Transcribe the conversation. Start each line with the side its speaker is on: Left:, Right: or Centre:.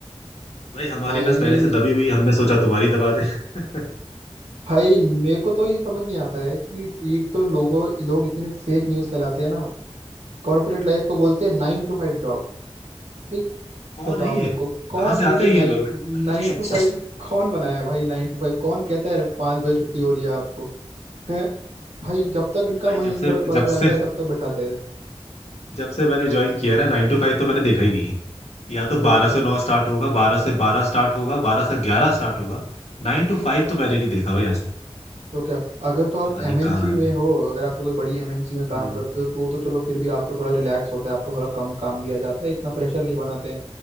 Left: भाई हमारी
Right: भाई
Left: नस पहले से दबी हुई हमने सोचा तुम्हारी दबा दे <laughs>
Right: भाई मेरे को तो ये समझ नहीं आता है कि एक तो लोगों लोग इतने फेक न्यूज फैलाते हैं ना कॉर्पोरेट लाइफ को बोलते हैं नाइन टू फाइव जॉब, भाई
Left: कौन
Right: बताओ
Left: है ये
Right: मेरे को कौन
Left: कहाँ
Right: है
Left: से आते
Right: ये नाइन
Left: हैं ये लोग
Right: नाइन
Left: <laughs>
Right: टू फाइव कौन बनाया है भाई नाइन टू फाइव कौन कहता है पाँच बजे छुट्टी हो रही है आपको है भाई जब तक इनका
Left: भाई
Right: मन
Left: जब से
Right: र- ब-
Left: जब
Right: रहता
Left: से
Right: है तब तक बिठाते हैं
Left: जब से मैंने ज्वाइन किया है ना नाइन टू फाइव तो मैंने देखा ही नहीं है या तो
Right: तो
Left: बारह
Right: क्या
Left: से नौ स्टार्ट होगा बारह से बारह स्टार्ट होगा बारह से ग्यारह स्टार्ट होगा नाइन
Right: <laughs>
Left: टू फाइव तो मैंने नहीं देखा भाई आज तक
Right: तो क्या अगर तो आप
Left: पता
Right: एमएनसी
Left: नहीं कहाँ
Right: में
Left: है
Right: हो अगर आप तो कोई बड़ी एमएनसी में काम
Left: हम्म
Right: करते हो तो तो चलो फिर भी आपको थोड़ा रिलैक्स होता है आपको थोड़ा कम काम दिया जाता है इतना प्रेशर नहीं बनाते हैं